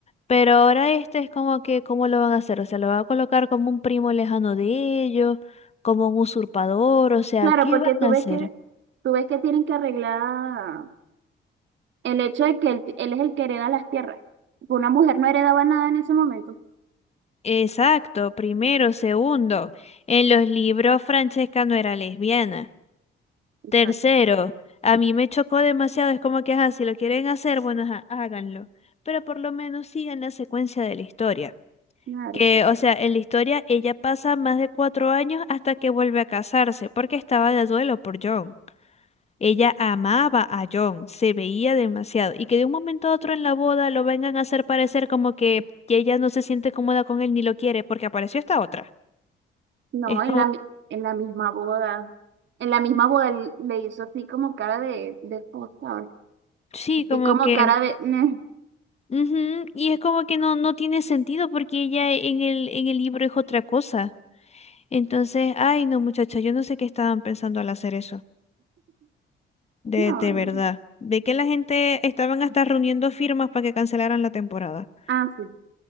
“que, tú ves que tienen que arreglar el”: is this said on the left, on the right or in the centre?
Right